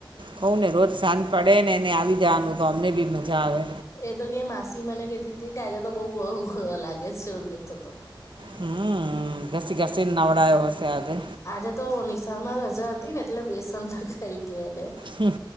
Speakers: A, on the right; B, on the left.
A: કહું ને રોજ સાજં પડે ને એને આવી જવાનું તો અમને બી મજા આવે.
B: એ તો કે માસી મને કતી હતી આજે તો બહું <unintelligible> લાગે છે કેતો.
A: હમ ઘસી ઘસી ને નવડાયો હશે આજે.
B: આજે તો નિશાન માં રજા હતી ને એટલે બેસન <unintelligible> એનેે
A: હમ,